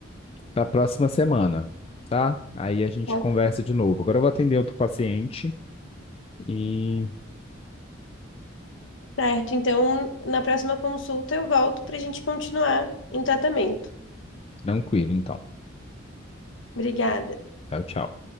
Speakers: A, on the left; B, on the left.
A: para próxima semana, tá? Aí a gente
B: Pode.
A: conversa de novo. Agora eu vou atender outro paciente e
B: Certo, então na próxima consulta eu volto para a gente continuar o tratamento.
A: tranquilo, então.
B: Obrigada.
A: Tchau, tchau.